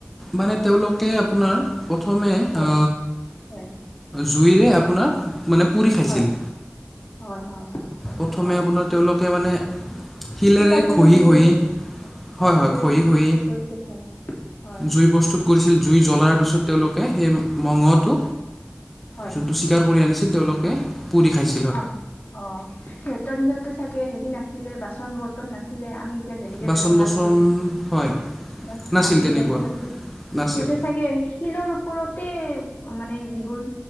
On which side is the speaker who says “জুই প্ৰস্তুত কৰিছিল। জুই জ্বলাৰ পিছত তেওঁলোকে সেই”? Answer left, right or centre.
Centre